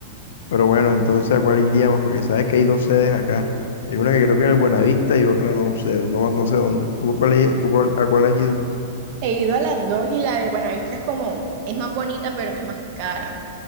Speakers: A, on the left; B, on the right.
A: Pero bueno, entonces ¿a cuál iríamos? Porque sabes que hay dos sedes acá. Hay una que creo que en el Buenavista y otra no sé, no, no sé dónde. ¿Tú, cuál, i- tú cuál- a cuál has ido?
B: He ido a las dos y la del Buenavista es como, es más bonita, pero es más cara.